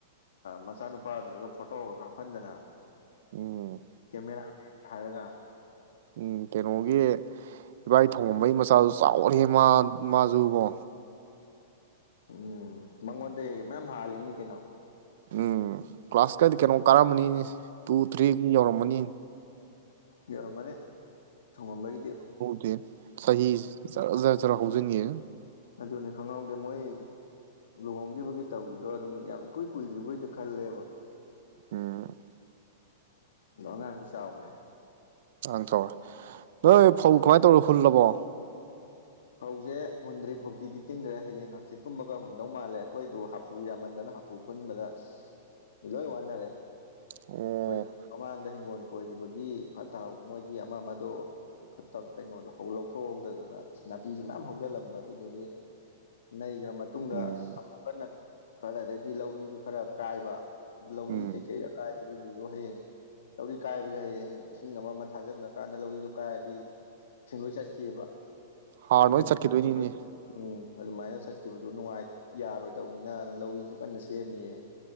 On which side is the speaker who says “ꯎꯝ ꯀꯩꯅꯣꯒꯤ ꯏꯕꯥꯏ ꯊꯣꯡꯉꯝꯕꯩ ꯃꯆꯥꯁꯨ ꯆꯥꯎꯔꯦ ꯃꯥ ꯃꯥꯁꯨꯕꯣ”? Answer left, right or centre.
Right